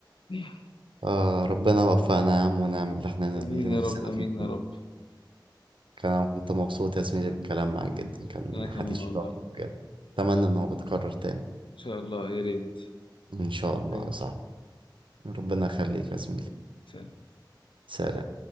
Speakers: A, on the left; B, on the right.
A: <laughs>
B: آه ربنا وفقنا يا عم ونعمل اللي احنا
A: امين
B: اللي نفسنا
A: يا رب امين
B: فيه كله
A: يا رب
B: كان انا كنت مبسوط يا زميلي بالكلام معاك جدا كان
A: انا كمان
B: حديث شيق
A: والله
B: بجد اتمنى ان هو يتكرر تاني
A: ان شاء الله يا ريت
B: ان شاء الله
A: إيه.
B: يا صاحبي ربنا يخليك يا زميلي
A: سلام.
B: سلام